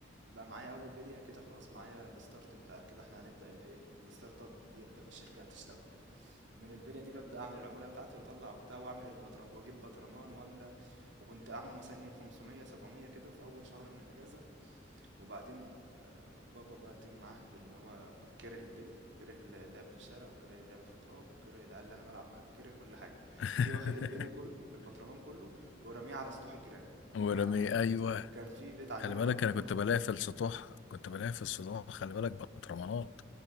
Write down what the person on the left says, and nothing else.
<laughs>
ورمي
ايوه
خلي بالك
انا
كنت
بلاقي في السطوح كنت بلاقي في السطوح خلي بالك بطرمانات